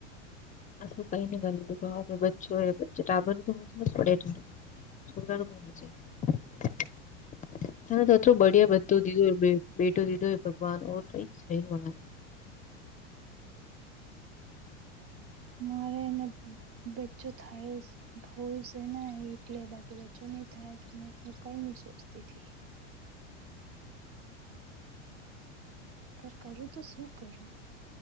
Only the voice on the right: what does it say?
<inaudible> ભોલસે ના એટલે માટે બચ્ચો નહી થાય તો મે કઈ નઈ સોચતી પર કરું તો શું કરું,